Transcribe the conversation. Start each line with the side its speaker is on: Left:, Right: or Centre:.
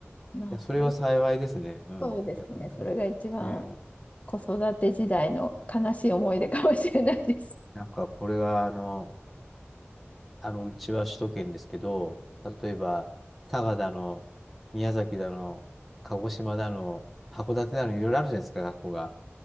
Left: まあ、
Centre: や、
Left: それ、
Centre: それは幸いですね。うん。
Left: そうですね。
Centre: 逆にと。
Left: それが一番
Centre: ねえ。
Left: 子育て時代の悲しい思い出かもしれないです。
Centre: うんなんか、これは、あの、あの、うちは首都圏ですけど、例えば、佐賀だの、宮崎だの、鹿児島だの、函館だの、いろいろあるじゃないですか、学校が。